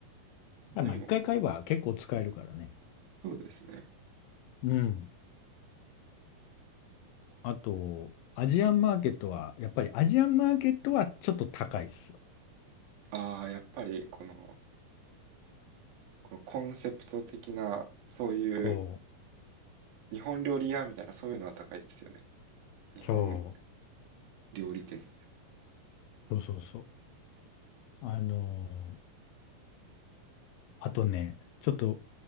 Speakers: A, on the left; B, on the right.
A: ただまあ一回買えば結構使えるからね。
B: でも、そうですね。
A: うん。あと、アジアンマーケットは、やっぱりアジアンマーケットはちょっと高いです。
B: ああ、やっぱりこの、このコンセプト的な、そういう
A: そ
B: 日本料理屋みたいな、そういうのは高いですよね。日本
A: う、そ
B: 料理店に。
A: うそうそうそう。あのーあとね、ちょっと、